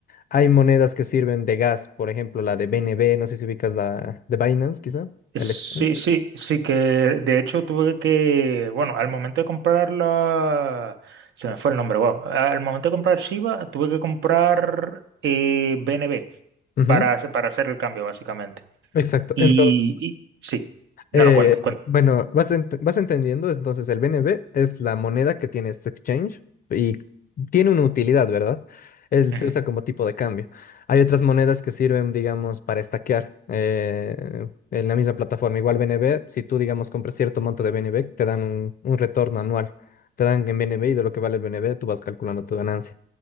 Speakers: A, on the left; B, on the right.
A: Hay monedas que sirven de gas, por ejemplo, la de BNB, no sé si ubicas la de Binance, quizá,
B: Eh,
A: el
B: Sí,
A: ex.
B: sí, sí, que de hecho tuve que, bueno, al momento de comprarla, se me fue el nombre, wow. Al momento de comprar Shiba, tuve que comprar eh, BNB
A: Ujú,
B: para, hacer- para hacer el cambio, básicamente.
A: Exacto.
B: Y,
A: Entonces,
B: y- sí, no,
A: Eh,
B: no, cuenta,
A: bueno, vas, ent- vas entendiendo, entonces el BNB es la moneda que tiene este exchange y tiene una utilidad, ¿verdad? Él
B: Ujú,
A: se usa como tipo de cambio. Hay otras monedas que sirven, digamos, para estaquear eh, en la misma plataforma. Igual BNB, si tú, digamos, compras cierto monto de BNB, te dan un, un retorno anual. Te dan en BNB y de lo que vale el BNB, tú vas calculando tu ganancia.